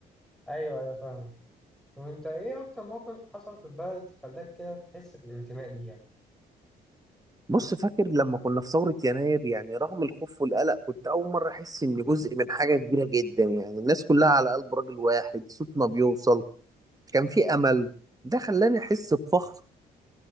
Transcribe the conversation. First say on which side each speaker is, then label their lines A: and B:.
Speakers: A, in the centre; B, on the right.
A: أيوه أيوه فاهمة طب أنت إيه أكتر موقف حصل في البلد خلاك كده تحس بالانتماء ليها
B: بص فاكر لما كنا في ثورة يناير يعني رغم الخوف والقلق كنت أول مرة أحس إني جزء من حاجة كبيرة جدا يعني الناس كلها على قلب راجل واحد صوتنا بيوصل كان في أمل ده خلاني أحس بفخر